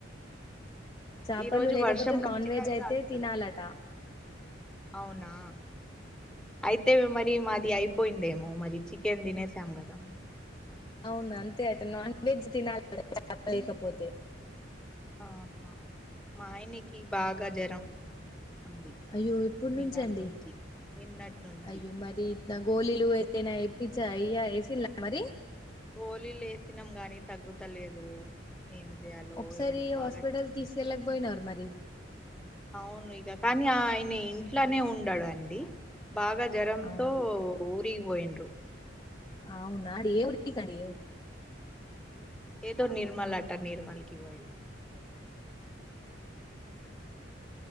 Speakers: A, on the left; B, in the centre.
A: చేపలు
B: ఈ రోజు
A: లేకపోతే
B: వర్షం
A: నాన్
B: ఖచ్చితంగా
A: వెజ్ అయితే
B: వస్తదా
A: తినాలట
B: అవునా అయితే వి మరి మా ఇది అయిపోయిందేమో మరి చికెన్ తినేసాం కదా
A: అవును అంతే అట నాన్ వెజ్ తినాలిపలేకపోతే
B: ఆహా మాయనకి బాగా జ్వరం ఉంది
A: అయ్యో ఇప్పుడు
B: నిన్నటి
A: నుంచండి
B: నుంచి నిన్నటి నుంచి
A: అయ్యో మరి ఇ నా గోళలు ఏదైనా పిచ్చా అయ్యా ఏస మరి
B: పోలీ లే వేసినాం గాని తగ్గుతలేదు ఏం చేయాలో
A: ఒకసారి
B: ఏమో బాగా
A: హాస్పిటల్
B: జ్వరం.
A: తీసుకెళ్ళక పోయినారు మరి
B: అవును ఈక కానీ ఆ న ఇంట్లోనే ఉండు అండి బాగా జ్వరంతో
A: ఆ
B: ఊరిగిపోయిడు
A: అవు నాడి ఎవ్రకాడి
B: ఏద నిర్మలా అట్ట నిర్మల్ క వయి హ